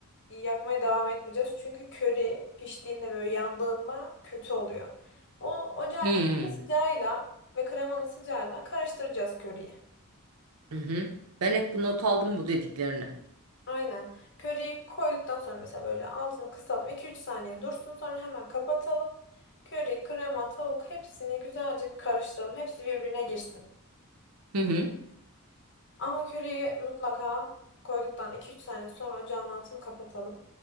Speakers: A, on the left; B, on the right.
A: yakmaya devam etmeyeceğiz. Çünkü köri piştiğinde böyle yandığında kötü oluyor. O ocağın
B: Hmm.
A: kendi sıcağıyla ve kremanın sıcağıyla karıştıracağız köriyi.
B: Hı hı. Ben hep bu not aldım bu dediklerini.
A: Aynen. Köriyi koyduktan sonra mesela böyle altını kısalım. iki üç saniye dursun sonra hemen kapatalım. Köri, krema, tavuk hepsini güzelce bir karıştıralım. Hepsi birbirine girsin.
B: Hı hı.
A: Ama köriyi mutlaka koyduktan iki üç saniye sonra ocağın altını kapatalım.